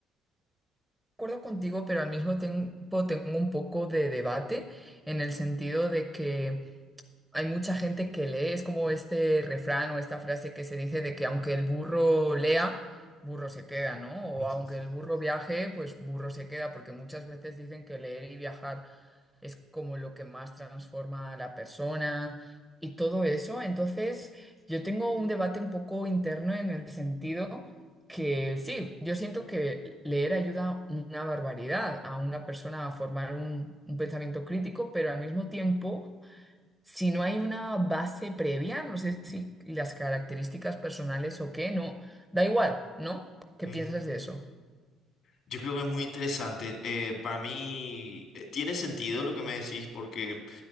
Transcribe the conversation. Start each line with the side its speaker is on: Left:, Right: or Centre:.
Centre: acuerdo contigo, pero al mismo tiempo tengo un poco de debate en el sentido de que hay mucha gente que lee, es como este refrán o esta frase que se dice de que aunque el burro lea, burro se queda, ¿no? O
Left: <laughs>
Centre: aunque el burro viaje, pues burro se queda, porque muchas veces dicen que leer y viajar es como lo que más transforma a la persona y todo eso. Entonces, yo tengo un debate un poco interno en el sentido que sí, yo siento que leer ayuda una barbaridad a una persona a formar un, un pensamiento crítico, pero al mismo tiempo, si no hay una base previa, no sé si las características personales o qué, no, da igual, ¿no? ¿Qué
Left: Ujú.
Centre: piensas de eso?
Left: Yo creo que es muy interesante. Eh, para mí eh, tiene sentido lo que me decís porque